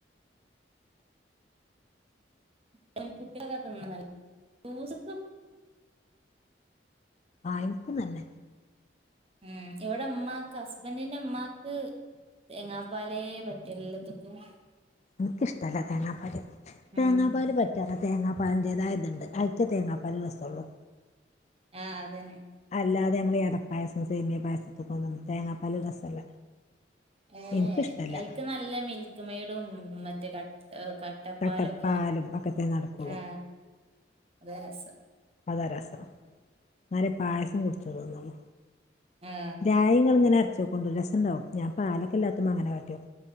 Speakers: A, on the right; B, on the left.
A: <inaudible>
B: ആ എനിക്കും നല്ലെ
A: മ് ഇവിടെ ഉമ്മാക്ക് ഹസ്ബന്റിന്റെ ഉമ്മാക്ക് തേങ്ങാപ്പാലേ പറ്റൂല്ലത്തൊക്കും
B: എനിക്കിഷ്ടല്ല തേങ്ങാപ്പാല് തേങ്ങാപ്പാല്
A: ഉം
B: പറ്റാ തേങ്ങാപ്പാലിൻ്റേതായത്ണ്ട് അയ്ക്കെ തേങ്ങാപ്പാൽ രസള്ളൂ
A: ആ അതന്നെ
B: അല്ലാതെ നമ്മള് എടപ്പായസം സേമീയപായസത്ത്ക്കൊന്നും തേങ്ങാപ്പാൽ രസല്ല
A: ഏ
B: എനിക്കിഷ്ടല്ല
A: ഐക്ക് നല്ല മിൽക്ക്മെയ്ഡും മറ്റേ ക ക കട്ടപ്പാലൊക്കെ
B: കട്ടപ്പാലും ഒക്കത്തെ നടക്കുള്ളൂ
A: ആ അതാ രസം
B: അതാ രസം എന്നാലേ പായസം കുടിച്ചു തോന്നുള്ളൂ
A: ആ
B: രായിങ്ങള് ഇങ്ങനെ അരച്ചോക്കൊണ്ട് രസൊണ്ടാവും ഞാൻ പാലൊക്കെ ഇല്ലാത്തമ്മം അങ്ങനെട്ടും